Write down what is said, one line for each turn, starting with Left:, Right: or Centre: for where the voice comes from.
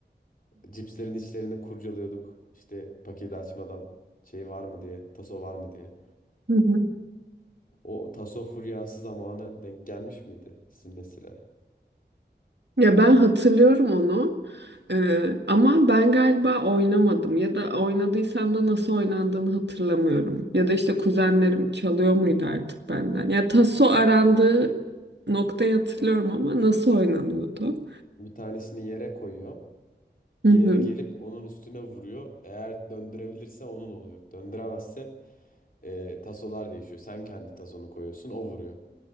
Left: Cipslerin içlerini kurcalıyorduk. İşte paketi açmadan şey var mı diye, taso var mı diye.
Right: Hı hı.
Left: O taso furyası zamanı denk gelmiş miydi sizin nesile?
Right: Ya ben hatırlıyorum onu. Ee, ama ben galiba oynamadım ya da oynadıysam da nasıl oynandığını hatırlamıyorum. Ya da işte kuzenlerim çalıyor muydu artık benden. Ya taso arandığı noktayı hatırlıyorum ama nasıl oynanıyordu?
Left: Bir tanesini yere koyuyor.
Right: Hı
Left: Diğeri
Right: hı.
Left: gelip onun üstüne vuruyor. Eğer döndürebilirse onun oluyor. Döndüremezse e, tasolar değişiyor. Sen kendi tasonu koyuyorsun, o vuruyor.